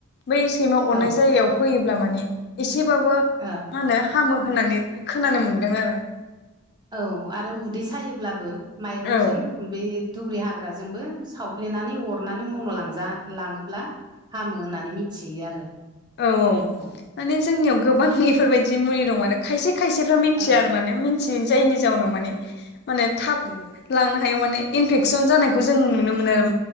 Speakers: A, on the left (about 50°); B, on the right (about 20°).
A: बै सैमा अरनाय
B: औ ओ
A: जायगायाव होयोब्ला माने एसेबाबो
B: ओ
A: मा होनो हामो होननानै खोनानो मोन्दों आरो।
B: औ आरो उदै सायोब्लाबो माइरंजों
A: औ
B: बे दुब्रि हाग्राजोंबो सावफ्लेनानै अरनानै मन' लांजा लाङोब्ला हामो होननानै मिथियो आरो।
A: औ-औ
B: औ
A: माने जोंनियाव गोबां बेफोरबायदि मुलि दं आरो खायसे -खायसे मिथिया
B: औ
A: आरो माने मिथियै जायनि जाउनाव माने-माने
B: औ
A: थाब
B: उम
A: लांनो हायो माने इनफेकसन जानायखौ जों नुनो मोनो। आरो